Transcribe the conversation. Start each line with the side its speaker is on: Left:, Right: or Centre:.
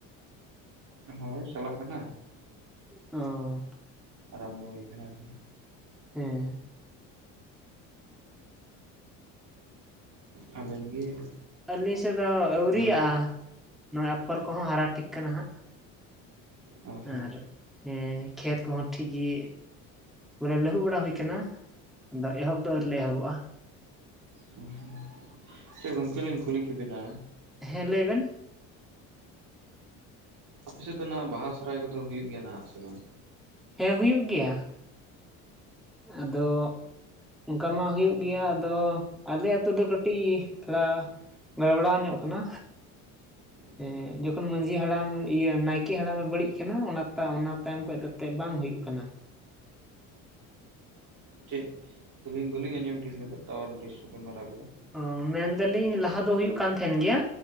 Right: ᱦᱳᱭ ᱪᱟᱞᱟᱜ ᱠᱟᱱᱟ᱾
Centre: ᱚ
Right: ᱟᱨᱟᱢᱵᱚ ᱦᱩᱭ ᱠᱟᱱᱟ ᱾
Centre: ᱦᱮᱸ
Right: <inaudible> ᱟᱵᱮᱱ ᱜᱮ
Centre: ᱟᱹᱞᱤᱧ ᱥᱮᱫ ᱫᱚ ᱟᱹᱣᱨᱟᱜᱼᱟ
Right: ᱨᱚᱦᱚᱭ
Centre: ᱱᱚᱜᱼᱚᱭ ᱟᱯᱷᱚᱨ ᱠᱚᱦᱚᱸ ᱦᱟᱨᱟ ᱴᱷᱤᱠ ᱠᱟᱱᱟ ᱦᱟᱸᱜ᱾
Right: ᱦᱳᱭ ᱦᱳᱭ
Centre: ᱟᱨ ᱦᱮᱸ ᱠᱷᱮᱛ ᱠᱚᱦᱚᱸ ᱴᱷᱤᱠ ᱜᱮ ᱵᱚᱞᱮ ᱞᱟᱹᱦᱩᱵ ᱵᱮᱲᱟ ᱦᱩᱭ ᱠᱟᱱᱟ, ᱟᱫᱚ ᱮᱦᱚᱵ ᱫᱚ ᱟᱹᱣᱨᱤ ᱞᱮ ᱮᱦᱚᱵᱚᱜᱼᱟ᱾
Right: ᱦᱩᱸ ᱦᱩ ᱪᱮᱫ ᱜᱚᱝᱠᱮ ᱞᱤᱧ ᱠᱩᱞᱤ ᱠᱮᱵᱤᱱᱟ,
Centre: ᱦᱮᱸ ᱞᱟᱹᱭᱵᱮᱱ᱾
Right: ᱟᱯᱮ ᱥᱮᱫ ᱫᱚ ᱱᱟᱦᱟᱜ ᱵᱟᱦᱟ ᱥᱚᱨᱟᱭ ᱠᱚᱫᱚ ᱦᱩᱭᱩᱜ ᱜᱮᱭᱟ ᱱᱟᱦᱟᱜ ᱥᱮ ᱵᱟᱝ?
Centre: ᱦᱮᱸ ᱦᱩᱭᱩᱜ ᱜᱮᱭᱟ᱾ ᱟᱫᱚ ᱚᱱᱠᱟ ᱢᱟ ᱦᱩᱭᱩᱜ ᱜᱮᱭᱟ ᱟᱫᱚ ᱟᱞᱮ ᱟᱹᱛᱩ ᱫᱚ ᱠᱟᱹᱴᱤᱡ ᱛᱷᱚᱲᱟ ᱜᱟᱲᱵᱟᱲᱟᱣ ᱧᱚᱜ ᱠᱟᱱᱟ᱾
Right: ᱦ <inaudible>
Centre: ᱮᱻ ᱡᱚᱠᱷᱚᱱ ᱢᱟᱺᱡᱷᱤ ᱦᱟᱲᱟᱢ ᱤᱭᱟᱹ ᱱᱟᱭᱠᱮ ᱦᱟᱲᱟᱢᱮ ᱵᱟᱹᱲᱤᱡ ᱠᱟᱱᱟ ᱚᱱᱟ ᱛᱟ ᱚᱱᱟ ᱛᱟᱭᱚᱢ ᱠᱷᱚᱡ ᱫᱚᱛᱮ ᱵᱟᱝ ᱦᱩᱭᱩᱜ ᱠᱟᱱᱟ᱾
Right: ᱴᱷᱤᱠ᱾ ᱟᱹᱞᱤᱧ ᱵᱟᱹᱞᱤᱧ ᱟᱸᱡᱚᱢ ᱴᱷᱤᱠ ᱞᱮᱫᱟ ᱴᱟᱣᱟᱨ ᱰᱤᱥᱴᱟᱵ ᱢᱟᱨᱟᱣ ᱠᱮᱫᱟ᱾
Centre: ᱚ ᱢᱮᱱᱫᱟᱞᱤᱧ ᱞᱟᱦᱟ ᱫᱚ ᱦᱩᱭᱩᱜ ᱠᱟᱱ ᱛᱟᱦᱮᱱ ᱜᱮᱭᱟ